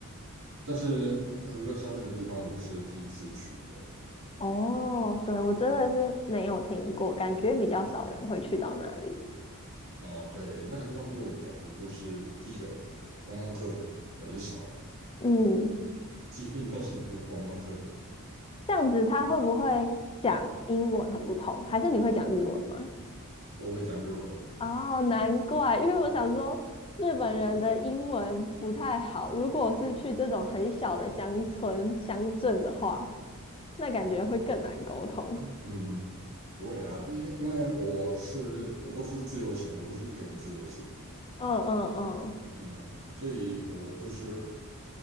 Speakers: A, on the right; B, on the left.
A: 但是和歌山这个地方我是第一次去的
B: <laughs> 哦，对，我真的是没有听过，感觉比较少人会去到那里。
A: 啊，对，那个地方给我的感觉就是第一个观光客很少，
B: 嗯，
A: 几乎没有什么观光客，
B: 这样子他会不会讲英文很不同？还是你会讲日文吗？
A: 我会讲日文，
B: 哦，难怪，因为我想说日本人的英文不太好，如果是去这种很小的乡村乡镇的话。那感觉会更难沟通。
A: 嗯，不会啦，因为因为我是我都是自由行，我都是一个人自由行。
B: 嗯嗯嗯，
A: 嗯，所以我就是